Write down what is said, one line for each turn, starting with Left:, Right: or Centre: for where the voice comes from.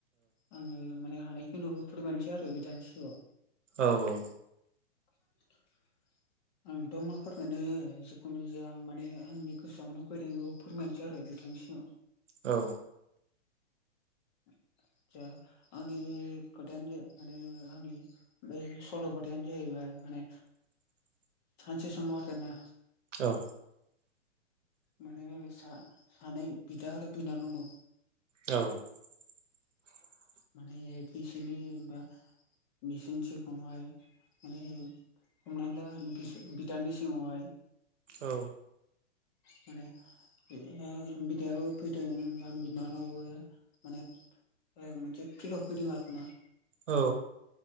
Left: आङो माने हानायखिनिखौ फोरमायनोसै आरो बिथांनि सिगाङाव
Right: औ औ
Left: <inaudible> आंथ मा फोरमायनो जिखुनु जाया आं माने आंनि गोसोयाव मा फैदों बिखौ फोरमायनोसै आरो बे थां नि सिगांआव
Right: औ
Left: <inaudible> जा आंनि खोथायानो जा माने आंनि बे सल बाथायानो जाहैबाय माने
Right: <inaudible>
Left: सानसे समाव आरोना
Right: औ
Left: माने सा सानै बिदा आरो बिनानाव दं।
Right: औ <inaudible>
Left: माने बिसिनि बा बिसिनि थिरखौहाय माने हमना ला बिस बिदानि सिङावहाय
Right: औ
Left: माने बि ओ बिदायाबो फैदों ओ बिनानावाबो माने ओ मोनसे फ्रियाव फैदों आरोना
Right: औ